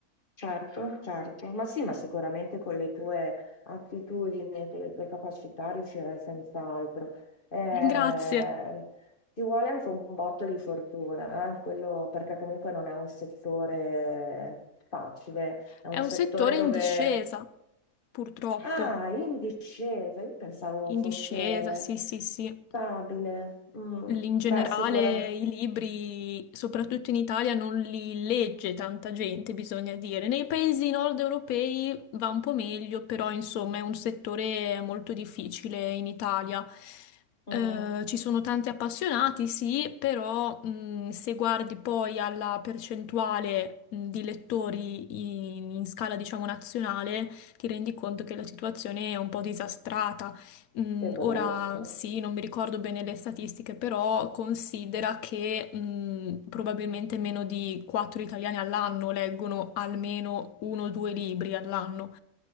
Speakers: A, on the left; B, on the left.
A: Certo, certo, ma sì, ma sicuramente con le tue attitudini e con le tue capacità riuscirai senz'altro. Eh,
B: <laughs> Grazie.
A: ti vuole anche un botto di fortuna, eh, quello perché comunque non è un settore facile, è
B: È
A: un
B: un
A: settore
B: settore
A: dove...
B: in discesa, purtroppo,
A: Ah, è in discesa, io pensavo
B: in
A: fosse
B: discesa, sì, sì, sì.
A: stabile. Mm,
B: In generale,
A: Beh, sicuramente...
B: i libri, soprattutto in Italia, non li legge tanta gente, bisogna dire. Nei paesi nord europei va un po' meglio, però insomma è un settore molto difficile in Italia.
A: Mm,
B: Eh, ci sono tanti appassionati, sì, però mh, se guardi poi alla percentuale mh, di lettori in in scala, diciamo, nazionale, ti rendi conto che la situazione è un po' disastrata. Mm,
A: che brutto.
B: ora sì, non mi ricordo bene le statistiche, però considera che mm, probabilmente meno di quattro italiani all'anno leggono almeno uno o due libri all'anno.